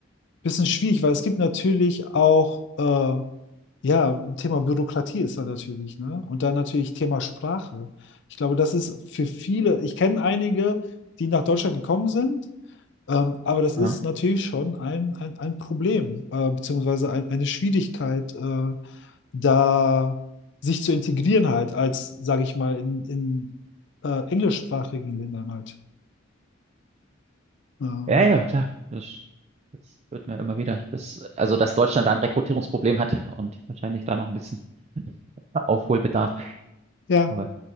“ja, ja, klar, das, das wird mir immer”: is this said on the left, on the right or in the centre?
Right